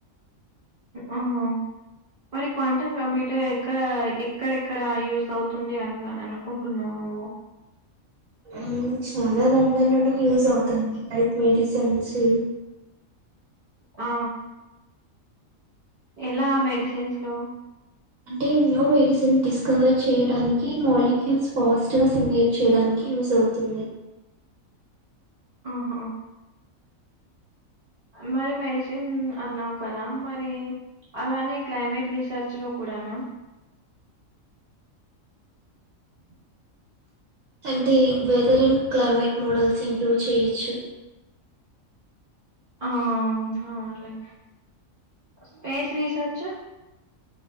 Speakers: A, on the right; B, on the right.
A: ఆహ మరి క్వాంటం కంప్యూటర్ ఎక్కడ ఎక్కడెక్కడ యూజ్ అవుతుంది అన్ అనుకుంటున్నావు నువ్వు?
B: ఆ చాలా రంగాల్లోను యూజ్ అవుతుంది లైక్ మెడిసిన్స్
A: ఆ ఎలా మెడిసన్స్ లో
B: అంటే న్యూ మెడిసిన్ డిస్కవర్ చేయడానికి, మాలిక్యూల్స్ ఫాస్ట్ గా సిలేట్ చేయడానికి యూజ్ అవుతుంది.
A: ఆహ మరి మెడిసిన్ అన్నావ్ కదా మరి అలానే క్లైమేట్ రీసెర్చ్ లో కూడానా?
B: అంటే weather and climate models improve చేయొచ్చు
A: ఆ అవున్లె. స్పేస్ రీసర్చ్